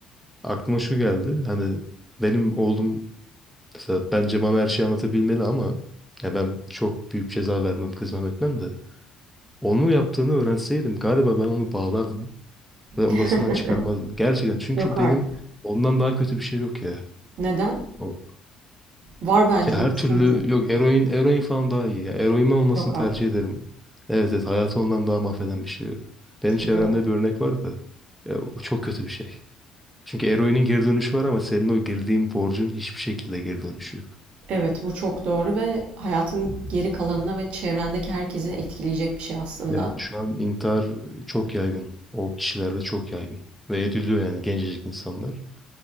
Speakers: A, in the centre; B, on the right.
A: Aklıma şu geldi. Hani benim oğlum mesela bence bana her şeyi anlatabilmeli ama ya ben çok büyük ceza vermem kızmam etmem de. Onu yaptığını öğrenseydim galiba ben onu bağlardım ve
B: <laughs>
A: odasından çıkarmazdım. Gerçekten çünkü
B: Yok artık.
A: benim ondan daha kötü bir şey yok ya.
B: Neden?
A: O-
B: Var bence
A: Ya
B: uyuşturucu.
A: her türlü yok eroin eroin falan daha iyi ya. Eroin olmasını
B: Yok
A: tercih
B: artık.
A: ederim. Evet evet hayatı ondan daha mahveden bir şey yok. Benim çevremde
B: Hadi ya.
A: bir örnek var da ya o çok kötü bir şey. Çünkü eroinin geri dönüşü var ama senin o girdiğin borcun hiçbir şekilde geri dönüşü yok.
B: Evet, bu çok doğru ve hayatın geri kalanına ve çevrendeki herkese etkileyecek bir şey aslında.
A: Ya şu an intihar çok yaygın. O kişilerde çok yaygın. Ve ediliyor yani gencecik insanlar.